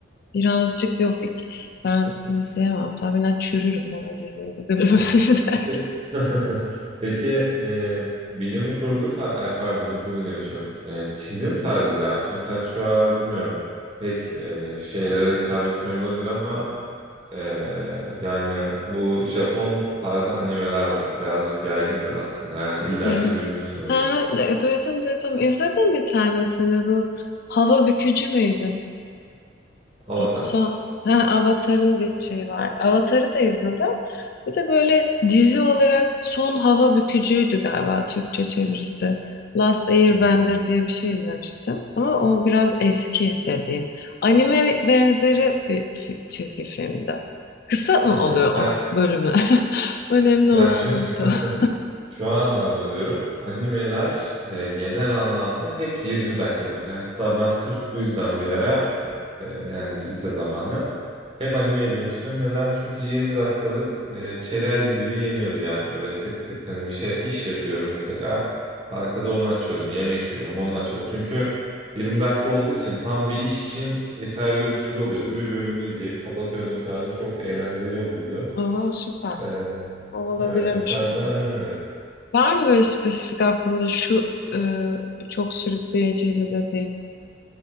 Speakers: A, on the left (about 50°); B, on the right (about 30°).
A: birazcık yok. ik- Ben izleyemem. Tahminen çürürüm ben o dizinin bölümünü
B: Hmm,
A: <laughs> izlerken.
B: Peki <laughs> peki e, bilim kurgu ta e, pardon, bilim kurgu demişim. E, çizim tarzı izler misin? Mesela şu aralar bilmiyorum. Pek e, şeylere hitap etmiyor olabilir ama e, yani bu Japon tarzı animeler var. Birazcık yaygındır aslında. Yani illaki
A: Sizin.
B: duymuşsunuz.
A: Ha, e, duydum duydum. İzledim bir tanesini bu. Hava bükücü müydü?
B: Avatar.
A: Son, ha, Avatar'ın bir şeyi var. Avatar'ı da izledim. Bir de böyle dizi olarak Son Hava Bükücü'ydü galiba Türkçe çevirisi. Last Airbender
B: Hmm.
A: diye bir şey izlemiştim. Ama o biraz eski dediğim. Anime benzeri bir fi- çizgi filmde. Kısa mı
B: Hmm.
A: oluyor o
B: Ya,
A: bölümler? <laughs> Önemli
B: ya
A: olan
B: şu,
A: nokta. <laughs>
B: <laughs> şu anlamda diyorum. Animeler e, genel anlamda hep 20 dakikadır. Hatta ben sırf bu yüzden bir ara Ee, yani lise zamanı. Hep anime izlemiştim. Neden? Çünkü 20 dakikalık e, çerez gibi yeniyordu yani böyle tık tık hani bir şey iş yapıyorum mesela. Arkada onu açıyordum. Yemek yiyorum onu açıyordum. Çünkü 20 dakika olduğu için tam bir iş için yeterli bir süre oluyordu. Bir bölümü izleyip kapatıyordum tarzı çok eğlenceli oluyordu.
A: o. Oo, süper.
B: Ee,
A: O olabilirmiş
B: evet o tarzda
A: o zaman.
B: animelerim.
A: Var mı böyle spesifik aklında şu e, çok sürükleyiciydi dediğin?